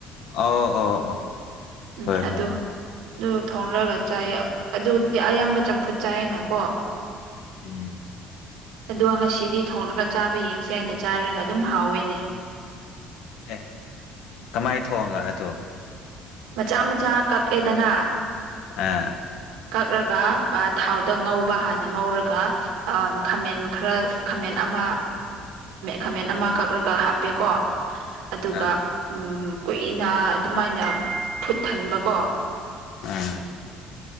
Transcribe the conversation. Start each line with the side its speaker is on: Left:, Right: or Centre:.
Left: ꯑꯣ ꯑꯣ ꯑꯣ
Right: ꯎꯝ
Left: ꯍꯣꯏ
Right: ꯑꯗꯨ
Left: ꯍꯣꯏ
Right: ꯑꯗꯨ ꯊꯣꯡꯔꯒ ꯆꯥꯏꯌꯦ ꯑꯗꯨꯗꯤ ꯑꯌꯥꯝꯕ ꯆꯝꯐꯨꯠ ꯆꯥꯏꯌꯦꯅꯀꯣ
Left: ꯎꯝ
Right: ꯑꯗꯣ ꯉꯁꯤꯗꯤ ꯊꯣꯡꯡꯂꯒ ꯆꯥꯕ ꯌꯦꯡꯁꯦ ꯍꯥꯏꯅ ꯆꯥꯔꯒ ꯑꯗꯨꯝ ꯍꯥꯎꯋꯦꯅꯦ
Left: ꯑꯦ ꯀꯃꯥꯏꯅ ꯊꯣꯡꯒ ꯑꯗꯨ
Right: ꯃꯆꯥ ꯃꯆꯥ ꯀꯛꯑꯦꯗꯅ
Left: ꯑꯥ
Right: ꯀꯛꯂꯒ ꯊꯥꯎꯗ ꯉꯧꯕ ꯍꯥꯟꯅ ꯉꯧꯔꯒ ꯈꯥꯃꯦꯟ ꯈꯔ ꯈꯥꯃꯦꯟ ꯑꯃ ꯈꯥꯃꯦꯟ ꯑꯃ ꯀꯛꯂꯒ ꯍꯥꯞꯄꯦꯀꯣ ꯑꯗꯨꯒ
Left: ꯑꯥ
Right: ꯎꯝ ꯀꯨꯏꯅ ꯑꯗꯨꯃꯥꯏꯅ ꯐꯨꯠ ꯍꯟꯕꯀꯣ
Left: ꯎꯝ